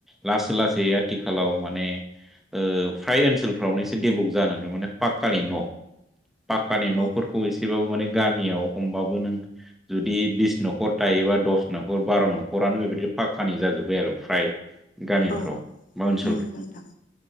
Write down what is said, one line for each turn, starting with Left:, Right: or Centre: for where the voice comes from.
Centre: लासै लासै आथिखालाव माने ओ फ्राय ओनसोलफ्रावनो एसे डेभलप जानानै दं। माने पाकानि न' पाक्कानि न'फोरखौ
Left: औ
Centre: एसेबाबो माने गामियाव हमबाबो नों जुदि बिस न'खर थायोबा दस न'खर, बार' न'खरानो बेबायदि फाक्कानि जाजोब्बाय आरो फ्राय गामिफ्राव
Left: औ
Centre: बा ओनसोलफ्राव
Left: नंगौ नोंथां